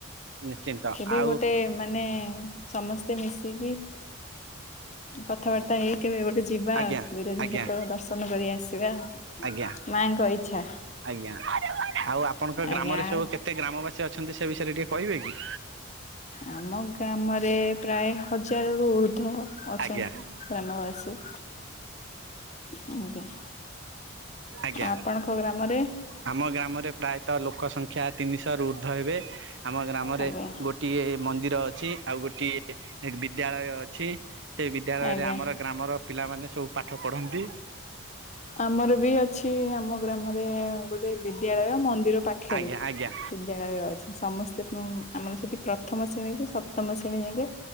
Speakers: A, on the right; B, on the left.
A: ନିଶ୍ଚିନ୍ତ
B: କେବେ
A: ଆଉ
B: ଗୋଟେ ମାନେ ସମସ୍ତେ ମିଶିକି କଥାବାର୍ତ୍ତା ହେଇ କେବେ ଗୋଟେ ଯିବା
A: ଆଜ୍ଞା
B: ଆଉ ବିରଜା
A: ଆଜ୍ଞା
B: କ୍ଷେତ୍ର ଦର୍ଶନ କରି ଆସିବା।
A: ଆଜ୍ଞା
B: ମାଙ୍କ ଇଛା।
A: ଆଜ୍ଞା, ଆଉ ଆପଣଙ୍କ ଗ୍ରାମରେ
B: ଆଜ୍ଞା
A: ସବୁ କେତେ ଗ୍ରାମବାସୀ ଅଛନ୍ତି ସେ ବିଷୟରେ ଟିକେ କହିବେ କି?
B: ଆମ ଗ୍ରାମରେ ପ୍ରାୟ ହଜାରରୁୁ ଉର୍ଦ୍ଧ୍ୱ ଅଛନ୍ତି।
A: ଆଜ୍ଞା।
B: ଗ୍ରାମବାସୀ, ଆଜ୍ଞା।
A: ଆଜ୍ଞା
B: ଆପଣ ଙ୍କ ଗ୍ରାମ ରେ?
A: ଆମ ଗ୍ରାମରେ ପ୍ରାୟତଃ ଲୋକ ସଂଖ୍ୟା ତିନିଶହରୁ ଉର୍ଦ୍ଧ୍ୱ ହେବେ। ଆମ ଗ୍ରାମରେ
B: ଆଜ୍ଞା
A: ଗୋଟିଏ ମନ୍ଦିର ଅଛି ଆଉ ଗୋଟିଏ ବିଦ୍ୟାଳୟ ଅଛି। ସେଇ ବିଦ୍ୟାଳୟରେ
B: ଆଜ୍ଞା।
A: ଆମର ଗ୍ରାମର ପିଲାମାନେ ସବୁ ପାଠ ପଢନ୍ତି।
B: ଆମର ବି ଅଛି, ଆମ ଗ୍ରାମରେ ଗୋଟେ ବିଦ୍ୟାଳୟ ମନ୍ଦିର ପାଖ
A: ଆଜ୍ଞା ଆଜ୍ଞା।
B: ବିଦ୍ୟାଳୟ ଅଛି, ସମସ୍ତେ ଆମେ ଆମର ସେଠି ପ୍ରଥମ ଶ୍ରେଣୀରୁୁ ସପ୍ତମ ଶ୍ରେଣୀ ଯାକେ